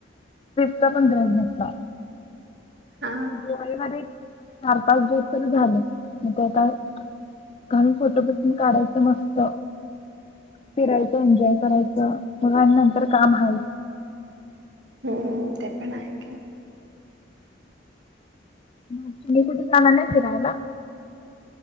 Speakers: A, on the left; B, on the right.
A: क पडट
B: हा
A: म्ह गवाईमध्ये चार पाच दिवस तरी झाले मग त्या का काही फोटो पटून काढायचं मस्त फिरायचं एन्जॉय करायचं नंतर काम हवी
B: हम् ते पण आहे ग
A: म तुम्ही कुठे जाणार नाही फिरायला